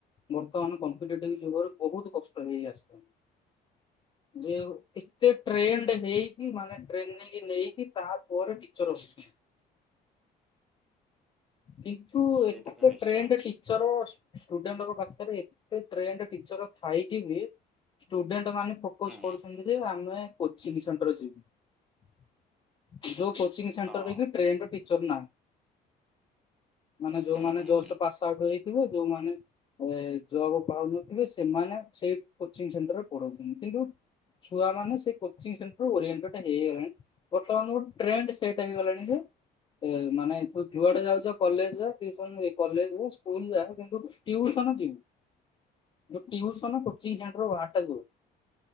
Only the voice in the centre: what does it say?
ସେଇଟା
ତ ନିଶ୍ଚୟ
ହୁଁ
ହଁ
ହୁଁ ହୁଁ
ହୁଁ